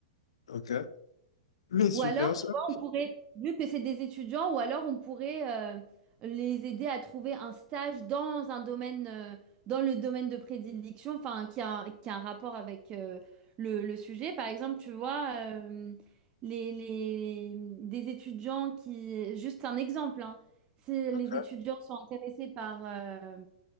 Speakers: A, on the left (about 65°); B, on the right (about 30°).
A: OK. Mais super
B: Ou alors, tu
A: ça.
B: vois, on pourrait, vu que c'est des étudiants, ou alors on pourrait euh, les aider à trouver un stage dans un domaine, euh, dans le domaine de prédilection, enfin, qui a, qui a un rapport avec euh, le, le sujet. Par exemple, tu vois, euh, les, les- des étudiants qui, juste un exemple, hein, si les
A: OK.
B: étudiants sont intéressés par, euh,